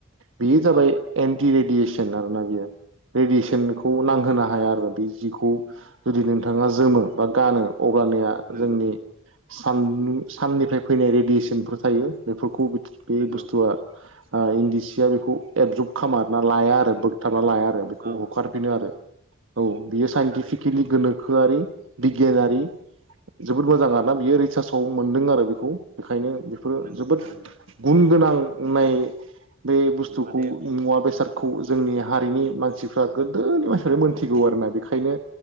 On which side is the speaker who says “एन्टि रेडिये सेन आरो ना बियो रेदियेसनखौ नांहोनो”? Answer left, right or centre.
Right